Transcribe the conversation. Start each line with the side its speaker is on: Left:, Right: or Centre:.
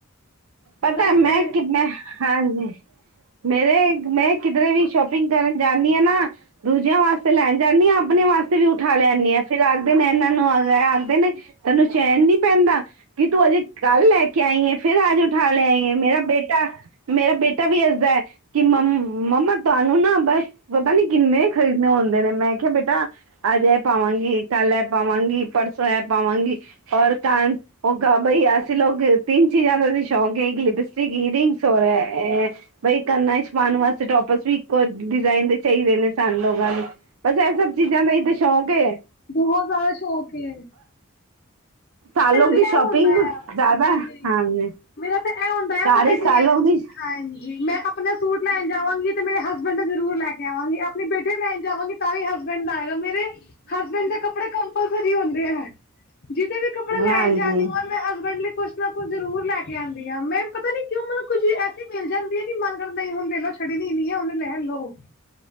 Right: ਪਤੈ
Left: ਕਹਿੰਦੇ
Right: ਮੈਂ ਕਿੰਨਾ ਹਾਂਜੀ ਮੇਰੇ ਮੈਂ ਕਿਧਰੇ ਵੀ ਸ਼ੋਪ ਕਰਨ ਜਾਨੀ ਆ ਨਾ ਦੂਜਿਆਂ ਵਾਸਤੇ ਲੈਣ ਜਾਨੀ ਆ ਆਪਣੇ ਵਾਸਤੇ ਵੀ ਉਠਾ ਲੈਨੀ ਆਂ। ਫੇਰ ਆਖਦੇ ਨੇ ਇਹਨਾਂ ਨੂੰ ਆ ਆਖਦੇ ਨੇ ਤੈਨੂੰ ਚੈਨ ਨੀ ਪੈਂਦਾ। ਕਿ ਤੂੰ ਅਜੇ-ਕੱਲ ਲੈ ਕੇ ਆਈ ਏ ਫਿਰ ਅੱਜ ਉਠਾ ਲਿਆਈ ਏ ਮੇਰਾ ਬੇਟਾ ਮੇਰਾ ਬੇਟਾ ਵੀ ਐਦਾਂ ਕਿ ਮੰਮ ਮੰਮਾ ਤੁਆਨੂੰ ਨਾ ਬਸ ਪਤਾ ਨੀ ਕਿੰਨੇ ਈ ਖਰੀਦਣੇ ਹੁੰਦੇ ਨੇ ਮੈਂ ਖਿਆ ਬੇਟਾ ਅਜ ਐ ਪਾਵਾਂਗੀ ਕੱਲ ਐ ਪਾਵਾਂਗੀ। ਪਰਸੋਂ ਐ ਪਾਵਾਂਗੀ ਔਰ ਕਨ ਓ ਬਈ ਅਸੀਂ ਲੋਕ ਤਿੰਨ ਚੀਜ਼ਾਂ ਦਾ ਸ਼ੌਕ ਇੱਕ ਲਿਪਸਟਿਕ, ਈਅਰਿੰਗਸ ਔਰ ਐ ਬਈ ਕੰਨਾ ਇਚ ਪਾਣ ਵਾਸਤੇ ਟੋਪਸ ਵੀ ਇੱਕੋ ਡਿਜ਼ਾਇਨ ਦੇ ਚਾਈਦੇ ਨੇ ਸਾਨੂੰ ਲੋਗਾਂ ਨੂੰ। ਬਸ ਐ ਸਭ ਚੀਜ਼ਾਂ ਦਾ ਈ ਤੇ ਸ਼ੋਂਕ ਏ।
Left: ਬਹੁਤ ਜ਼ਿਆਦਾ ਸ਼ੋਂਕ ਏ।
Right: ਸਾਲ ਲੋਕ
Left: ਐ ਤੇ
Right: ਦੀ
Left: ਐ
Right: ਸ਼ੋਪਿੰਗ
Left: ਹੁੰਦਾ ਆ
Right: ਜ਼ਿਆਦਾ
Left: ਜੀ, ਜੀ।
Right: ਹਾਂਜੀ
Left: ਮੇਰਾ ਤੇ ਐ ਹੁੰਦਾ ਆ
Right: ਘਰ
Left: ਪਤਾ
Right: ਹੀ
Left: ਕੀ
Right: ਸਾਲ
Left: ਐ
Right: ਲੋਕ ਦੀ
Left: ਹਾਂਜੀ ਮੈਂ ਅਪ ਅਪਨਾ ਸੂਟ ਲੈਣ ਜਾਵਾਂਗੀ ਤੇ ਮੇਰੇ ਹਸਬੈਂਡ ਦਾ ਜ਼ਰੂਰ ਲੈ ਕੇ ਆਵਾਂਗੀ ਅਪ ਆਪਣੇ ਬੇਟੇ ਦਾ ਲੈਣ ਜਾਵਾਂਗੀ ਤਾਂ ਵੀ ਹਸਬੈਂਡ ਦਾ ਆਏਗਾ ਮੇਰੇ ਹਸਬੈਂਡ ਦੇ ਕੱਪੜੇ ਕ ਪਲਸਰੀ ਹੁੰਦੇ ਹੈ ਜਿਹਦੇ ਵੀ ਕੱਪ
Right: ਨਾਂਜੀ <unintelligible>
Left: ਮੈਂ ਹਸਬੈਂਡ ਲਈ ਕੁਛ ਨਾ ਕੁਛ ਜ਼ਰੂਰ ਲੈ ਕੇ ਆਂਦੀ ਆਂ ਮੈ ਪਤਾ ਨੀ ਕਿਉਂ ਮੈਨੂੰ ਕੁੱਛ ਵੀ ਮਿਲ ਜਾਂਦੀ ਐ ਕਿ ਮਨ ਕਰਦੈ ਕਿ ਹੁਣ ਤੇ ਨਾਂ ਛੱਡਣੀ ਨੀ ਐ ਹੁਣ ਲੈ ਲਓ।